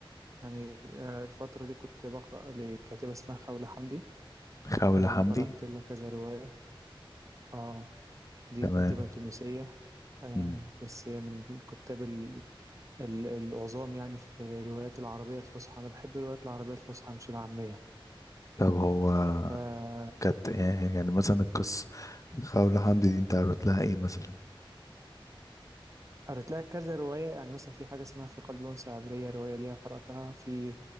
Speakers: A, on the right (about 35°); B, on the left (about 35°).
A: يعني آه، الفترة دي كنت بقرأ لكاتبة اسمها خولة حمدي
B: خولة
A: آه،
B: حمدي
A: قرأت لها كذا رواية اه دي
B: تمام
A: كاتبة تونسية آه،
B: مم.
A: بس هي من الكتاب ال- العظام يعني في الروايات العربية الفصحى أنا بحب الروايات العربية الفصحى مش العامية
B: طب هو
A: فقرأت
B: كانت يعني يعني مثلا القصة خولة حمدي دي انت قريت لها ايه مثلا
A: لها كذا رواية يعني مثلا في حاجة اسمها في قلب أنثى عبرية رواية ليها قرأتها في